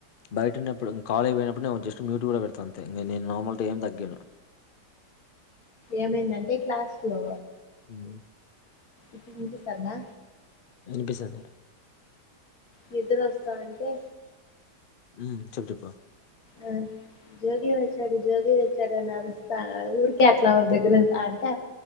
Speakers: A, on the left (about 80°); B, on the left (about 60°).
A: బైటున్నప్పు ఇప్పుడు కాలేజ్ పోయినపుడ్ నేన్ జస్ట్ మ్యూటులో పెడ్తా అంతే ఇంగ నేను నార్మల్ టైం ఏం తగ్గియను.
B: ఏమైందంటే క్లాస్లో
A: హ్మ్
B: ఇప్పుడ్ ఇన్పిస్తాందా
A: ఇన్పిస్తంది
B: నిద్ర వస్తా అంటే
A: మ్ చెప్ చెప్ప
B: ఆ జోగి వచ్చాడు జోగి వచ్చాడు అని అరుస్తా ఊరికే అట్లా బెడ్ మీద అంటే